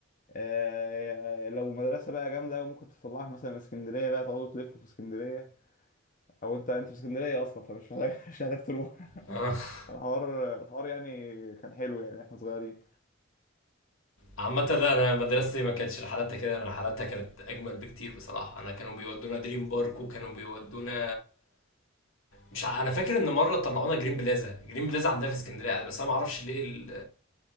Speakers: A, on the left; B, on the left.
A: آه لو مدرسه بقى جامده ممكن تطلعك مثلا اسكندريه بقى تقعدوا تلفوا في اسكندريه او انت انت في اسكندريه اصلا فمش محتاج <laughs> مش محتاج تروح
B: <laughs>
A: الحوار الحوار يعني كان حلو يعني احنا صغيرين
B: عامة لا انا مدرستي ما كانتش رحلاتها كده انا رحلاتها كانت اجمل بكتير بصراحة انا كانوا بيودونا دريم بارك وكانوا بيودونا مش ع... انا فاكر ان مرة طلعونا جرين بلازا جرين بلازا عندها في اسكندرية بس انا ما اعرفش ليه ال...